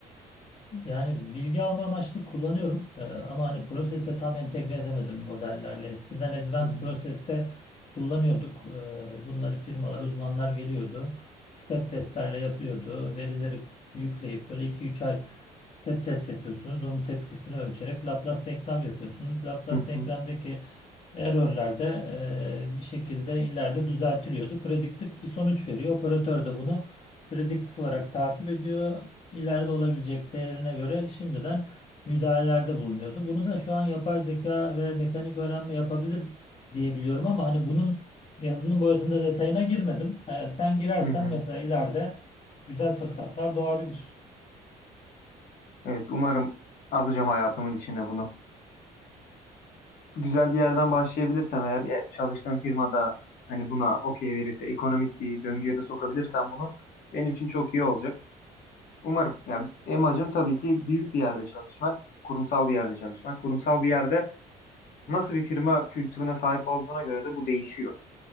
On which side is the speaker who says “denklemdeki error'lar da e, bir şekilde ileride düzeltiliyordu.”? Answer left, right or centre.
Left